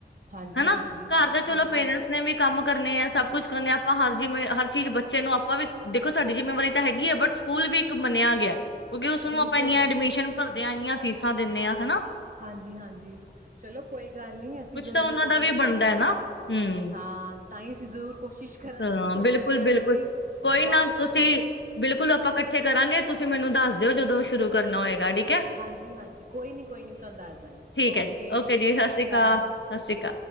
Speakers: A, on the right (about 45°); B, on the left (about 80°).
A: ਹਾਂਜੀ,
B: ਹਨਾ
A: ਹਾਂਜੀ
B: ਘਰ ਤਾਂ ਚਲੋ
A: ਬਿਲ
B: ਪੇਰੈਂਟਸ ਨੇ ਵੀ ਕੰਮ ਕਰਨੇ ਐ ਸਭ ਕੁਛ ਤੇ ਹੁਨ ਆਪਾ ਹਰ ਜਿਵੇਂ ਹਰ ਚੀਜ਼ ਬੱਚੇ ਨੂੰ ਆਪ ਦੇਖੋ ਸਾਡੀ ਜਿੰਮੇਵਾਰੀ ਤਾਂ ਹੈਗੀ ਹੈ ਬਟ ਸਕੂਲ ਵੀ ਇੱਕ ਮੰਨਿਆ ਗਿਆ ਕਿਉਂਕਿ ਉਸਨੂੰ
A: ਬਿਲਕੁਲ
B: ਆਪਾਂ ਇੰਨੀਆਂ ਐਡਮਿਸ਼ਨ ਭਰ ਇੰਨੀਆਂ ਫੀਸਾਂ ਦੇਨੇ ਆ ਹਨਾ।
A: ਹਾਂਜੀ, ਹਾਂਜੀ ਚਲੋ ਕੋਈ ਗੱਲ ਨਹੀਂ, ਅਸੀਂ
B: ਕੁਛ
A: ਜ਼ਰੂਰ
B: ਤਾਂ ਉਹਨਾਂ
A: ਕੋਸ਼ਿਸ਼
B: ਦਾ ਵੀ ਬਣਦਾ
A: ਕਰਾਂਗੇ।
B: ਹੈ ਨਾ ਹਮ
A: ਹਾਂ ਤਾਂ ਹੀ ਅਸੀਂ ਜ਼ਰੂਰ ਕੋਸ਼ਿਸ਼ ਕਰਾਂਗੇ
B: ਹਾਂ
A: ਥੋੜ੍ਹਾ
B: ਬਿਲਕੁਲ-ਬਿਲਕੁਲ
A: ਬੱਚਿਆਂ ਨੂੰ ਵੀ
B: ਕੋਈ
A: ਬਾਹਰ
B: ਨਾ ਤੁਸੀਂ
A: ਕੱਢੀਏ।
B: ਬਿਲਕੁਲ ਆਪਾਂ ਇਕੱਠੇ ਕਰਾਂਗੇ ਤੁਸੀਂ ਮੈਨੂੰ ਦੱਸ ਦਿਓ ਜਦੋਂ ਸ਼ੁਰੂ ਕਰਨਾ ਹੋਏਗਾ, ਠੀ
A: ਹਾਂਜੀ, ਹਾਂਜੀ ਕੋਈ ਨੀ ਕੋਈ ਨੀ ਮੈਂ ਤੁਹਾਨੂੰ ਦੱਸ ਦਾਂਗੀ,
B: ਠੀਕ
A: ਓਕੇ
B: ਹੈ ਜੀ ਜੀ
A: ਸਤਿ ਸ਼੍ਰੀ ਅਕਾਲ।
B: ਸਤਿ ਸ਼੍ਰੀ ਅਕਾਲ।